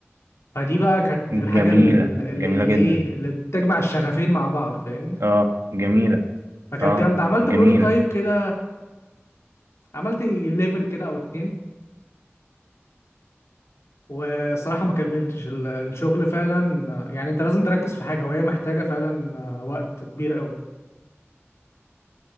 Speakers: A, on the left; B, on the right.
A: فدي بقى كانت
B: جميلة
A: الحاجة ال- اللي
B: جميلة
A: اللي
B: جدا
A: ايه اللي بتجمع الشغفين مع بعض فاهمني
B: اه جميلة
A: فكانت
B: اه
A: جامدة عملت
B: جميلة
A: بروتوتايب كده عملت ليفل كده او اتنين وصراحة ما كملتش ال- الشغل فعلا يعني انت لازم تركز في حاجة وهي محتاجة فعلا آه، وقت كبير قوي